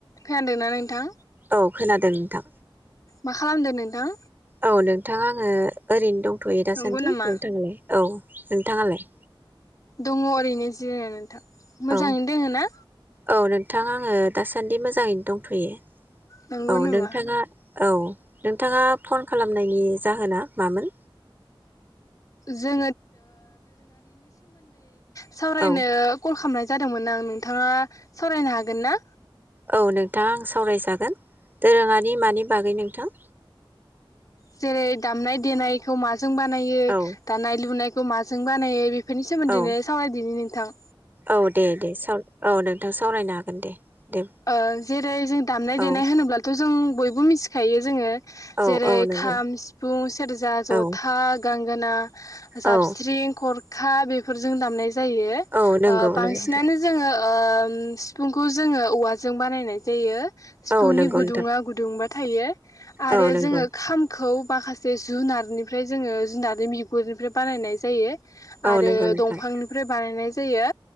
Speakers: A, on the left; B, on the right.
A: खोनादोंना नोंथां
B: औ खोनादों नोंथां
A: मा खालामदो नोंथां
B: औ नोंथां आङो ओरैनो दं दथ'यो दासान्दि
A: नंगौ नामा
B: नोंथाङालाय औ नोंथाङालाय
A: दङ ओरैनो जिरायना नोंथां मोजाङैनो
B: औ
A: दोङो ना
B: औ नोंथां आङो दासान्दि मोजाङैनो दंथयो
A: नंगौ
B: औ
A: नामा
B: नोंथाङा औ नोंथाङा फन खालामनायनि जाहोना मामोन
A: जो सावरायनो
B: औ
A: कल खामनाय जादों दोंमोन आं नोंथाङा सावरायनो हागोन ना
B: औ नोंथां आं सावरायजागोन दोरोङारि मानि बागै नोंथां
A: जेरै दामनाय देनायखौ मा जों बानायो
B: औ
A: दानाय लुनाय माजों बानायो बे बेफोरनिसोमोन्दैनो
B: औ
A: सावरायदि नों थां
B: औ दे दे स औ नोंथां सावरायनो हागोन दे दे
A: ओ जेरै जों दामनाय
B: औ
A: देनाय होनोब्लाथ' जों बयबो मिथिखायो जोङो
B: औ
A: जेरै
B: औ नंगौ
A: खाम सिफुं सेरजा जथा
B: औ
A: गां गोना जाबस्रिं
B: औ
A: खर खा बेफोरजों दामनाय जायो जायो ओ
B: औ नंगौ
A: बांसिनानो
B: नंगौ नोंथां
A: जोङो ओम सिफुंखौ जोङो औवा जों बानायनाय जायो सिफुंनि
B: औ नंगौ
A: गुदुङा
B: नोंथां
A: गुदुंबा थायो आरो
B: औ नंगौ
A: जोङो खामखौ माखासे जुनारनिफ्राय जोङो जुनारनि बिगुरनिफ्राय बानायनाय जायो। आरो
B: औ नंगौ नोंथां
A: दंफांनिफ्राय बानायनाय जायो